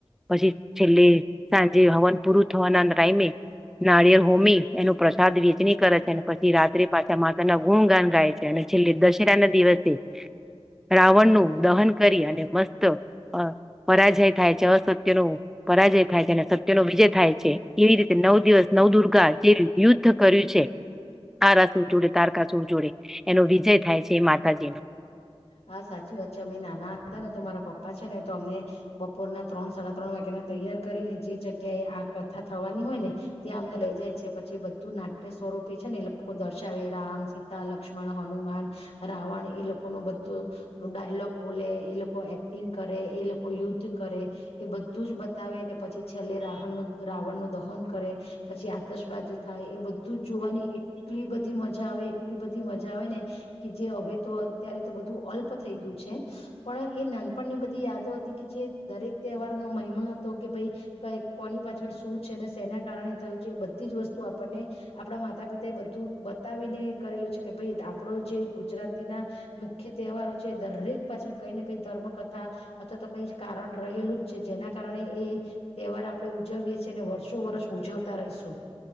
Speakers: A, in the centre; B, on the left.
A: પછી છેલ્લે સાંજે હવન પૂરું થવાના ટાઈમે નારિયેર હોમી એનું પ્રસાદ વેચણી કરે છે અને પછી રાત્રે પાછા માતા ના ગુણગાન ગાય છે અને છેલ્લે દશેરા ના દિવસે રાવણ નું દહન કરી અને મસ્ત અ પરાજય થાય છે અસત્ય ન પરાજય થાય છે અને સત્ય નો વિજય થાય છે એવી રીતે નવ દિવસ નવ દુર્ગ <unintelligible> યુદ્ધ કર્યું છે. આ રસું જોડે તાર સર જોડે એનો વિજય થાય છે એ માતાજીનો
B: હા સાચી વાત છે અમે નાના હતા ને તો મારા પપ્પા છે ને તો અમને બપોરના ત્રણ સાડા ત્રણ વાગ્યાને તૈયાર કરીને જે જગ્યાએ આ કથા થવાની હોય ને ત્યાં અમને લઈ જાય છે પછી એ બધું નાટ્ય સ્વરૂપે છે ને એ લોકો દર્શાવે રામ સીતા લક્ષ્મણ હનુમાન રાવણ એ લોકો લોકો ન બધું ડાયલોગ બોલે એ લોકો એક્ટિંગ કરે એ લોકો યુદ્ધ કરે એ બધું જ બતાવે ને પછી છેલ્લે રાહણ રાવણ નું દહન કરે પછી આતશબાજી થાય એ બધું જ જોવાની એટલી બધી મજા આવે એટલી બધી મજા આવે ને કે જે હવે તો ત્યારે તો બધું અલ્પ થઈ ગયું છે પણ એ નાનપણની બધી યાદો હતી કે જે દરેક તહેવારનોો મહિમા હતો કે ભાઈ ક કોની પાછળ શું છે ને શેના કારણે થયું છે એ બધી જ વસ્તુ આપણને આપડા માતા પિતા એ બધું બતાવીને કરેલું છે કે ભાઈ આપડો જે ગુજરાતીના મુખ્ય તહેવારો છે દરેક પાછળ કઈ ને કઈ ધર્મ કથા અથવા તો કઈ કારણ રહેલું જ છે જેના કારણે એ તહેવાર આપણે ઉજવીએ છેીએ ને વર્ષો વર્ષ ઉજવતા રહીશું.